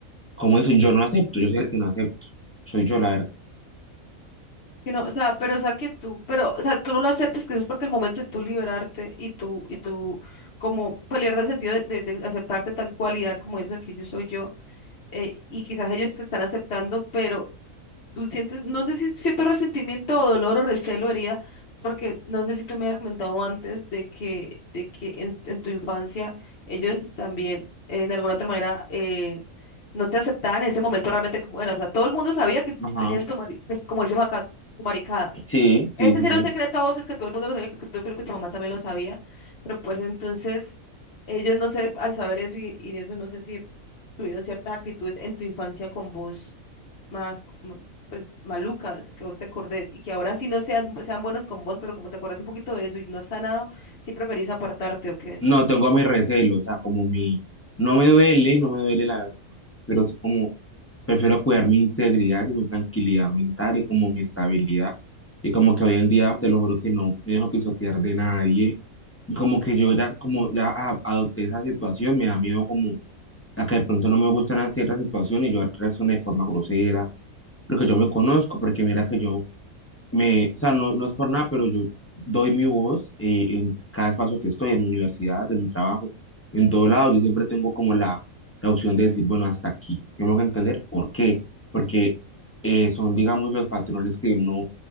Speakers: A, on the left; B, on the left.
A: ¿Cómo eso? Yo no acepto, yo soy el que no acepto. Soy yo, la verdad.
B: Que no, o sea, pero o sea que tú, pero o sea, tú no lo aceptes que es porque el momento de tú liberarte y tú y tú como pelear el sentido de, de- de aceptarte tal cual y dar como eso aquí sí soy yo eh, y quizás ellos te están aceptando, pero tú sientes, no sé si es cierto resentimiento o dolor o recelo, herida, porque no sé si tú me habías comentado antes de que de que en, en tu infancia ellos también eh, de alguna otra manera eh, no te aceptaban en ese momento realmente como eras o sea, todo el mundo sabía que
A: Ajá.
B: tenías tu mari- pues, como decimos acá, tu maricada
A: Sí,
B: ese
A: sí, sí,
B: sí era
A: sí.
B: un secreto a voces que todo el mundo lo sabía, creo que tú, creo que tu mamá también lo sabía, pero pues entonces ellos no sé, al saber eso y, y eso no sé si tuvieron ciertas actitudes en tu infancia con vos más, mm, pues malucas, que vos te acordés y que ahora sí no sean, sean buenos con vos, pero como te acordás un poquito de eso y no has sanado, sí preferís apartarte o qué.
A: No, tengo mi recelo, o sea, como mi... No me duele, no me duele la verdad, pero es como prefiero cuidar mi integridad y mi tranquilidad mental y como mi estabilidad. Y como que hoy en día, te lo juro que no me dejo pisotear de nadie. Y como que yo ya, como ya a- adopté esa situación, me da miedo como a que de pronto no me gustan ciertas situaciones y yo reaccioné de forma grosera, porque yo me conozco, porque mira que yo me, o sea, no, no es por nada, pero yo doy mi voz eh, en cada espacio que estoy, en mi universidad, en mi trabajo, en todo lado. Yo siempre tengo como la, la opción de decir, bueno, hasta aquí. Tengo que entender por qué. Porque eh, son, digamos, los patrones que uno,